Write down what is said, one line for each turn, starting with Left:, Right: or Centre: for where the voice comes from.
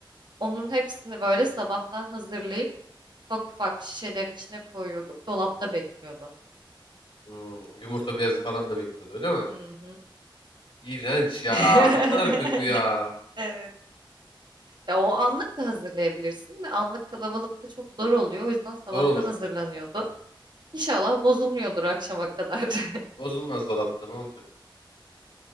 Right: Onun hepsini böyle sabahtan hazırlayıp ufak ufak şişelerin içine koyuyorduk. Dolapta bekliyordu.
Left: Hmm, yumurta beyazı falan da bekliyordu öyle mi?
Right: Hı hı.
Left: İğrenç ya.
Right: <laughs>
Left: Ne kadar kötü ya.
Right: Evet. Ya o anlık da hazırlayabilirsin de anlık kalabalıkta çok zor oluyor. O yüzden sabahtan
Left: Zor olur.
Right: hazırlanıyordu. İnşallah bozulmuyordur akşama kadar. <laughs>
Left: Bozulmaz dolapta ne olacak?